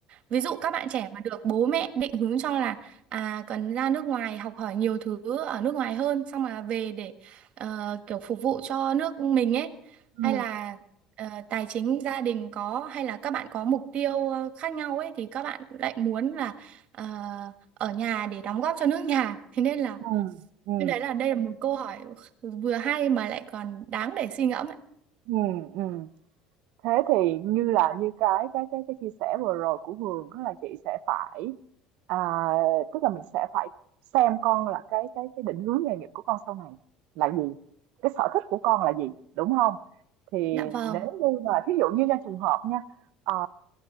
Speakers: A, on the right; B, on the right.
A: Ví dụ các bạn trẻ mà được bố mẹ định hướng cho là à cần ra nước ngoài học hỏi nhiều thứ ở nước ngoài hơn xong mà về để ờ, kiểu phục vụ cho nước mình ấy
B: ừ
A: hay là ờ, tài chính gia đình có hay là các bạn có mục tiêu ờ, khác nhau ấy thì các bạn lại muốn là ờ, ở nhà để đóng góp cho nước nhà. <laughs> Thế nên là
B: Ừ, ừ,
A: như đấy là đây là một câu hỏi vừa hay mà lại còn đáng để suy ngẫm ấy.
B: ừ, ừ. Thế thì như là như cái cái cái cái chia sẻ vừa rồi của Hường đó là chị sẽ phải à, tức là mình sẽ phải xem con là cái cái cái định hướng nghề nghiệp của con sau này là gì cái sở thích của con là gì đúng không thì
A: Dạ vâng.
B: nếu như mà thí dụ như nha trường hợp nha ờ,